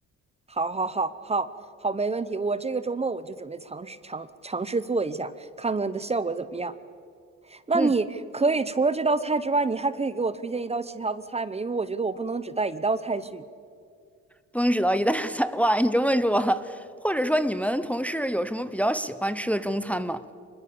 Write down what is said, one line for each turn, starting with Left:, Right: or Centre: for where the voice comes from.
Right: 好好好好好，没问题，我这个周末我就准备尝试尝尝试做一下，看看的效果怎么样。那你可以除了这道菜之外，
Centre: 嗯，
Right: 你还可以给我推荐一道其他的菜吗？因为我觉得我不能只带一道菜去。
Centre: 不能只到一大菜，<laughs> 哇，你就问住我了。或者说你们同事有什么比较喜欢吃的中餐吗？